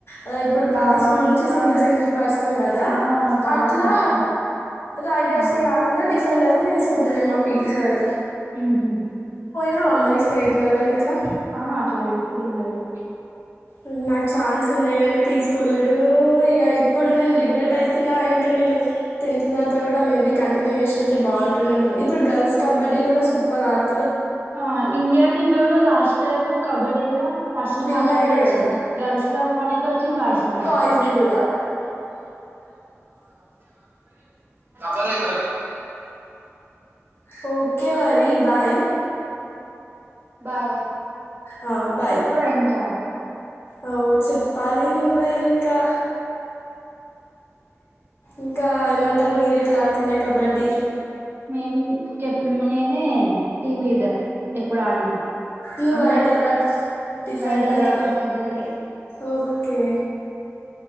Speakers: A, on the left; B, on the right.
A: ఆ ఇప్పుడు ప్రతి
B: ఆ,
A: స్కూల్
B: నీకు
A: నుంచి
B: కావాలంటే
A: సింగిల్ సింగిల్ పర్సన్ కదా
B: ఆ! చాలా
A: అట్లా
B: కష్టం.
A: రైడర్స్ని
B: ఆ!
A: కాకుండా డిఫెండర్స్. తీసుకుంటుండే మా పిటీ సార్
B: మ్మ్ హ్మ్
A: నావ మరి స్టేట్ లెవల్ ఇట్లా
B: ఆ హ అట్లా ఎప్పుడు ఇంగెల్లే
A: మ్మ్ నాకు ఛాన్స్ ఉండే గానీ తీసుకోలేడు. ఇగ ఇప్పుడు నేను రిగ్రెట్ అయితున్నా, ఇంకా నేను టెన్త్ తవాత కూడా మే బీ కంటిన్యూ చేసుంటే బాగుంటుండెనేమో ఇప్పుడు గర్ల్స్ కబడ్డీ కూడా సూప్పర్ ఆడ్
B: ఆ ఇండియా టీమ్ లో లాస్ట్ టైమ్ కబడీ లో ఫస్ట్
A: విన్
B: మనకే
A: అయ్యారు
B: వచ్చింది.
A: కదా
B: గర్ల్స్ లో మనకే వచ్చింది బాయ్స్ లో మనకే.
A: బాయ్స్ కూడా
B: బర అదార
A: హో కే మరి బాయ్
B: ఇంకా బాయా
A: ఆ, బాయ్
B: చెప్పురా ఇంకా
A: ఓ చెప్పాలి నువ్వే ఇంకా ఇంకా ఏమంటారు మీరు ఎట్లా ఆడుతుండే కబడ్డీ
B: మేం కెప్ నేనే టీమ్ లీడర్ ఎప్పుడు ఆడినా.
A: నువ్
B: అందరు
A: రైడరా డిఫెండరా
B: రైడరే, రైడరే.
A: ఓఫ్ కే